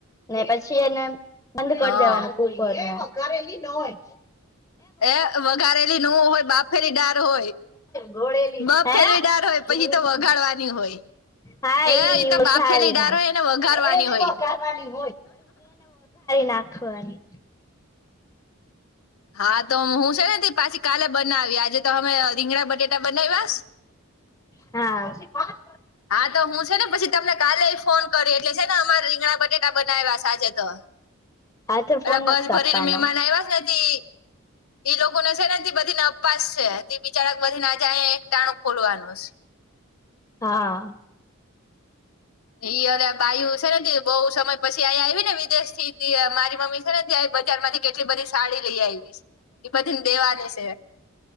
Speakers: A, on the left (about 15°); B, on the left (about 85°).
A: ને પછી એને બંધ કરી
B: હા
A: દેવાનું ઉપર ના એ વધારેલી ન હોય
B: એ વઘારેલી ન હોય બાફેલી દાળ હોય
A: ગોળલી
B: બફેલી
A: હ
B: ડાળ હોય
A: ગોળલી
B: પછી તો વઘાડવાની હોય
A: હા
B: એ
A: ઈ
B: એ તો
A: વઘારી
B: બાફેલી ડાળ
A: નાખ
B: હોય એને વઘારવાની
A: હોને
B: હોય
A: વઘારી નાખ નાખવાની,
B: હા તો હું છે ને પાછી કાલે બનાવી આજે તો તમે રીંગણા બટેટા બનાવયસ
A: હા પછી ભાત
B: હા તો હું છે ને પછી તમને કાલે ફોન કરે એટલે છે ને અમારે રીંગણા બટેટા બનાવ્યા આજે તો-'
A: હાથે ફોન
B: અલા
A: નથી
B: બસ
A: કાપવાનો
B: ભરીને મહેમાન આવ્યા છે તે એ લોકોને છે ને તે બધીને ઉપવાસ છે તે બિચારા બધીને આજે અ એક ટાણું ખોલવાનું છે.
A: હા
B: એઈ અ બાયુ છે બહુ સમય પછી અહીયા આવી ને વિદેશ થી મારી મમ્મી ને ત્યાં બજાર માંથી કેટલી બધી સાડી લઈ આવી છે એ બધીને દેવાની છે.